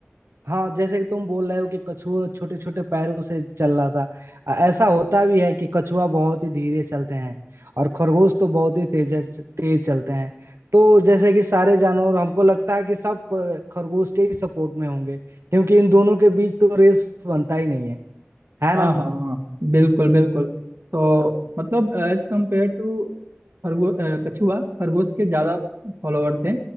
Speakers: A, on the right; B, on the right.
A: हाँ जैसे कि तुम बोल रहे हो कि कछुआ छोटे छोटे पैरों से चल रहा था अ, ऐसा होता भी है कि कछुआ बहुत ही धीरे चलते हैं और खरगोश तो बहुत ही तेज तेज चलते हैं तो जैसे कि सारे जानवर हमको लगता है कि सब क- खरगोश के ही सपोर्ट में होंगे क्योंकि इन दोनों के बीच तो रेस बनता ही नहीं है है
B: हाँ
A: ना
B: हाँ हाँ बिल्कुल बिल्कुल तो मतलब एज कम्पेयर टू खरगोश कछुआ खरगोश के ज्यादा फॉलोवर थे